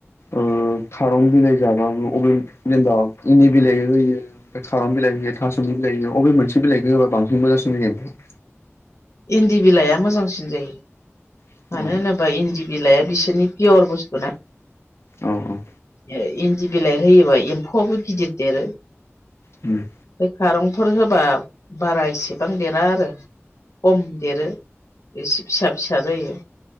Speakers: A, on the left; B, on the left.
A: ओ खारं बिलाइ जाबाबो अबे जेनबा इन्दि बिलाइ होयो खारं बिलाइ होयो था सुमलि बिलाइ होयो अबे मोनसे बिलाइखो होबा बांसिन मोजांसिन जायो ओमफाय
B: इन्दि बिलाइआ मोजांसिन जायो।
A: ओमफ्राय
B: मानो होनोबा इन्दि बिलाइआ बिसोरनि पियर बुस्थुना
A: औ औ औ
B: ओ इन्दि बिलाइ होयोबा एम्फौआबो गिदिर देरो।
A: उम
B: ओमफाय खारंफोर होबा बारा इसेबां देरा आरो। खम देरो एसे फिसा फिसा जायो